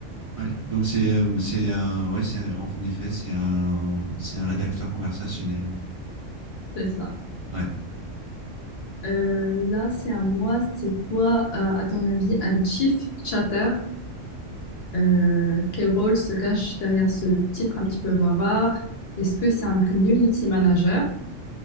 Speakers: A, on the right; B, on the left.
A: Ouais, donc c'est euh, c'est un ouais c'est un- en effet c'est un c'est un rédacteur conversationnel en fait.
B: C'est ça.
A: Ouais.
B: Euh, là, c'est à moi. C'est quoi, euh, à ton avis, un chief chatter? Euh, quel rôle se cache derrière ce titre un petit peu bavard? Est-ce que c'est un community manager,